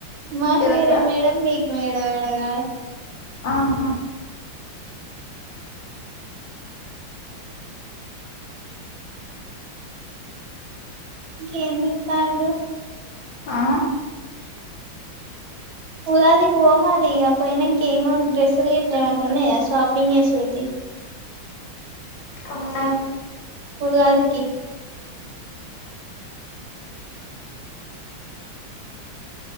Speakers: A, on the right; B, on the left.
A: మాకు
B: ఇవాళ
A: వేరే
B: క్లా
A: మేడం మీకు వే ఎ వేడగా
B: ఆహా
A: ఇంకేం చెప్తాండు
B: ఆ
A: ఉగాదికి పోమరి పోయినంక ఎ డ్రెస్‌లు గిట్లా ఏవన్నా ఉన్నాయా షాపింగ్ చేసేటివి
B: ఉన్నాయి
A: ఉగాదికి